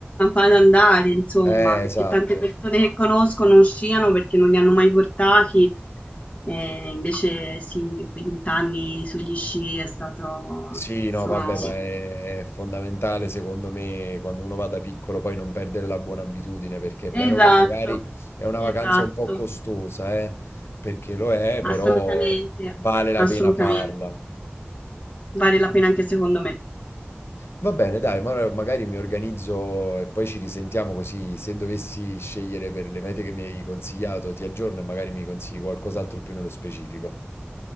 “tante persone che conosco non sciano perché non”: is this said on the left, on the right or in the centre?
Left